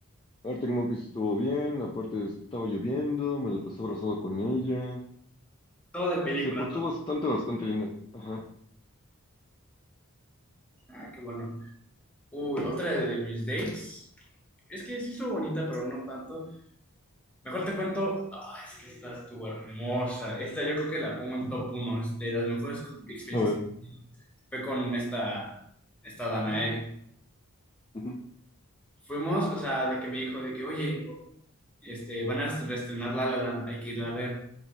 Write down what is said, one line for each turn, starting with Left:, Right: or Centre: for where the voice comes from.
Left: Arctic Monkeys estuvo bien, aparte estaba lloviendo, me la pasé abrazado con ella.
Centre: todo de película,
Left: Se portó
Centre: ¿no?
Left: bastante, bastante linda. Ajá.
Centre: Ah, qué bueno. Uy, otra de mis dates. Es que sí estuvo bonita, pero no tanto. Mejor te cuento, ah, es que esta estuvo hermosa. Esta yo creo que la pongo en top uno es de las mejores co- experiencias
Left: A ver.
Centre: que he tenido. Fue con esta, esta Danae.
Left: ujú,
Centre: Fuimos, o sea, de que me dijo de que, oye, este, van a reestrenar La La Land, hay que irla a ver.